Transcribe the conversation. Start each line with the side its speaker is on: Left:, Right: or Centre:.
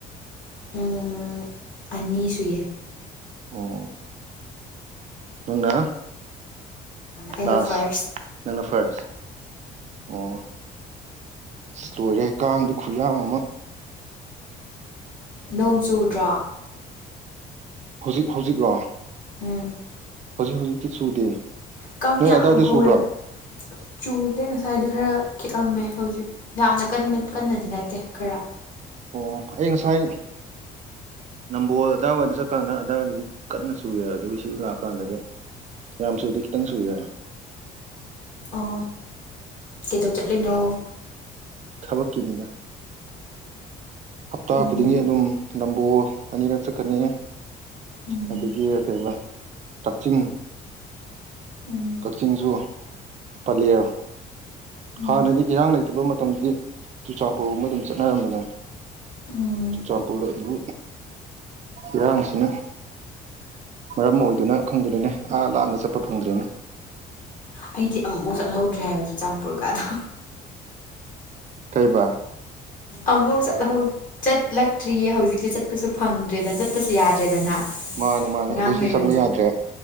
Left: ꯎꯝ ꯑꯅꯤꯁ
Right: ꯑꯣ ꯊꯨꯡꯅ
Left: ꯑꯩꯅ
Right: ꯂꯥꯁ
Left: ꯐꯥꯔꯁ
Right: ꯅꯅ ꯐꯥꯔꯁ ꯑꯣ ꯂꯣꯏꯔꯦ ꯀꯥꯡꯗꯤ ꯈꯨꯌꯥ ꯑꯃ
Left: ꯅꯣꯡ ꯆꯨꯗ꯭ꯔꯥ
Right: ꯍꯧꯖꯤꯛ ꯍꯧꯖꯤꯛꯔꯣ
Left: ꯎꯝ
Right: ꯍꯧꯖꯤꯛ ꯍꯧꯖꯤꯛꯇꯤ ꯆꯨꯗꯦ
Left: ꯀ
Right: ꯅꯣꯏ
Left: ꯌꯥꯝ
Right: ꯑꯗꯥꯏꯗ
Left: ꯍꯧꯋꯕ
Right: ꯆꯨꯕ꯭ꯔꯣ
Left: ꯆꯗ ꯉꯁꯥꯏꯗꯤ ꯈꯔ ꯈꯤꯛꯑꯝꯃꯦ ꯍꯧꯖꯤꯛ ꯌꯥꯝꯅ ꯀꯟꯕ ꯀꯟꯅꯗꯤ ꯅꯠꯇꯦ ꯈꯔ
Right: ꯑꯣ ꯑꯩ ꯉꯁꯥꯏ ꯅꯝꯕꯣꯜ ꯑꯗꯨꯗꯥꯏꯋꯥꯏꯗ ꯆꯠ ꯂꯥꯛ ꯀꯀꯥꯟꯗ ꯑꯗꯥꯋꯥꯏꯗꯗꯤ ꯀꯟꯅ ꯆꯨꯨꯔꯦ ꯑꯗꯨꯒ ꯁꯤ ꯂꯥꯛꯑ ꯀꯥꯟꯗꯗꯤ ꯌꯥꯝ ꯁꯨꯗꯦ ꯈꯤꯇꯪ ꯁꯨꯏꯦ
Left: ꯑꯣ ꯀꯩꯗꯧ ꯆꯠꯂꯣꯏꯅꯣ
Right: ꯈꯕ ꯀꯅꯤꯅ ꯍꯞꯇꯥ
Left: ꯎꯝ
Right: ꯈꯨꯗꯤꯡꯒꯤ ꯑꯗꯨꯝ ꯅꯝꯕꯣ ꯑꯅꯤꯔꯛ ꯆꯠꯀꯅꯤ
Left: ꯎꯝ
Right: ꯑꯗꯒꯤ ꯀꯩꯧꯕ ꯀꯛꯆꯤꯡ
Left: ꯎꯝ
Right: ꯀꯛꯆꯤꯡꯁꯨ ꯄꯥꯂꯦꯜ
Left: ꯎꯝ
Right: ꯍꯥꯟꯅꯗꯤ ꯏꯔꯥꯡ ꯂꯩꯇꯕ ꯃꯠ ꯇꯝꯗꯨꯗꯤ ꯆꯨꯔꯆꯥꯟꯄꯨꯔꯒꯨꯝꯕ ꯑꯗꯨꯝ ꯆꯠꯅꯥꯔꯝꯕꯅꯦ
Left: ꯎꯝ
Right: ꯆꯨꯔꯆꯥꯟꯄꯨꯔꯗ ꯑꯗꯨꯝ ꯏꯔꯥꯡꯁꯤꯅꯥ ꯃꯔꯝ ꯑꯣꯏꯗꯨꯅ ꯈꯪꯗ꯭ꯔꯦꯅꯦ ꯑꯥ ꯂꯥꯞꯅ ꯆꯠꯄ ꯐꯪꯗ꯭꯭ꯔꯦꯅꯦ
Left: ꯑꯩꯗꯤ ꯑꯃꯨꯛ ꯆꯠꯍꯧꯗ꯭ꯔꯦ ꯍꯥꯏꯕ ꯆꯨꯔꯆꯥꯟꯄꯨꯔ ꯀꯥꯗꯣ
Right: ꯀꯩꯕ
Left: ꯑꯃꯨꯛ ꯆꯠꯍꯧ ꯆꯠꯂꯛꯇ꯭ꯔꯤ ꯍꯧꯖꯤꯛꯇꯤ ꯆꯠꯄꯁꯨ ꯐꯪꯗ꯭ꯔꯦꯗꯅ ꯆꯠꯄꯁꯨ ꯌꯥꯗ꯭ꯔꯦꯗꯅ
Right: ꯃꯥꯅꯦ ꯃꯥꯅꯦ
Left: ꯏꯔꯥꯡ
Right: ꯑꯩꯈꯣꯏꯁꯨ
Left: ꯂꯩꯕꯅꯤꯅ
Right: ꯆꯪꯕ ꯌꯥꯗ꯭ꯔꯦ